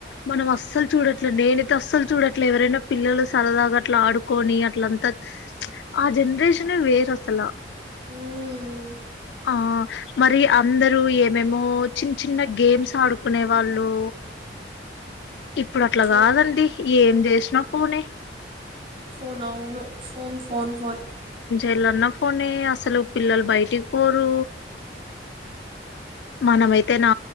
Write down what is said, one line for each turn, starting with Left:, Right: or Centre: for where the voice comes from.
Left: మనం అస్సలు చూడట్లే నేనైతే అస్సలు చూడట్లే, ఎవరైనా పిల్లలు సరదాగా అట్లా ఆడుకొని, అట్లంతా ఆ జనరేషన్ వేర్ అస్సలు
Right: మ్మ్.
Left: ఆ మరి అందరూ ఏమేమో చిన్న చిన్న గేమ్స్ ఆడుకునే వాళ్ళు ఇప్పుడు అట్లా కాదండి.
Right: అవును
Left: ఏం చేసినా ఫోనే
Right: ఫోన్ అవును ఫోన్ ఫోన్ ఫోన్
Left: ఏళన్న ఫోనే అసలు పిల్లలు బయటికి పోరు. మనమైతే నా